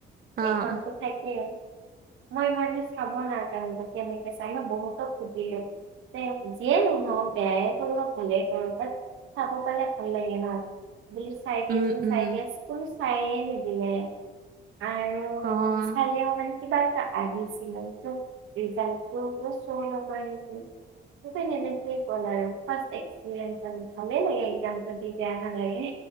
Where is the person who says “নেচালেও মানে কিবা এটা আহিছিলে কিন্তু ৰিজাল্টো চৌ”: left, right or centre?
Right